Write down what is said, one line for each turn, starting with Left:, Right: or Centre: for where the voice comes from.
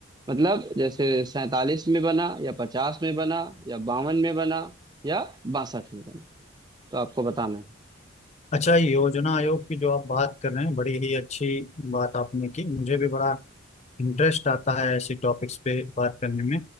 Right: मतलब जैसे 47 में बना या 50 में बना या 52 में बना या 62 में बना तो आपको बताना है
Left: अच्छा योजना आयोग की जो आप बात कर रहे हैं बड़ी ही अच्छी बात आपने की मुझे भी बड़ा इंटरेस्ट आता है ऐसे टॉपिक्स पे बात करने में